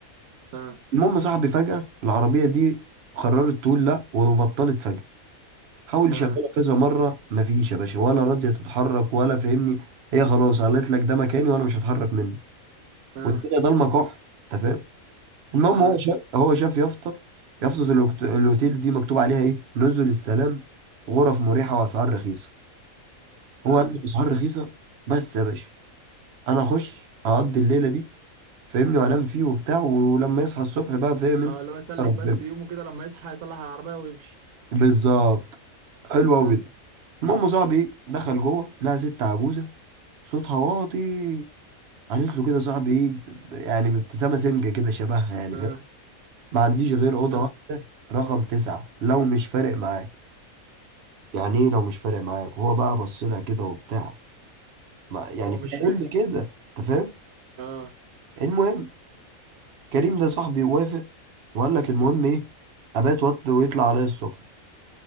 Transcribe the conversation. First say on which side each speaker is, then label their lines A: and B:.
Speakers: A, on the right; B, on the right.
A: اه
B: المهم صاحبي فجأة العربية دي قررت تقول لا وبطلت فجأة حاول يشغلها
A: اه
B: كذا مرة مفيش يا باشا ولا راضية تتحرك ولا فاهمني هي خلاص قالت لك ده مكاني وانا مش هتحرك منه
A: اه
B: والدنيا ضلمة كحل انت فاهم المهم
A: اه
B: هو شاف هو شاف يافطة يافطة الوكت- الاوتيل دي مكتوب عليها ايه نزل السلام غرف مريحة واسعار رخيصة هو
A: اه
B: قال لك اسعار رخيصة بس يا باشا انا اخش اقضي الليلة دي فاهمني وانام فيه وبتاع ولما يصحى الصبح بقى فاهم انت
A: اه لو يسلك
B: يا ربنا
A: بس يومه كده لما يصحى يصلح العربيه ويمشي
B: بالظبط حلو قوي
A: اه
B: ده المهم يا صاحبي ايه دخل جوه لقى ست عجوزه صوتها واطي قالت له كده صاحبي ايه ب- يعني بابتسامه سمجه كده شبهها يعني
A: اه
B: فاهم ما عنديش غير اوضه
A: اه
B: واحده رقم تسعه لو مش فارق معاك يعني ايه لو مش فارق معاك هو بقى بص لها كده وبتاع ما يعني
A: هو
B: فاهم
A: مش فاهم
B: كده انت فاهم
A: اه
B: المهم كريم ده صاحبي وافق وقال لك المهم ايه ابات وط ويطلع عليا الصبح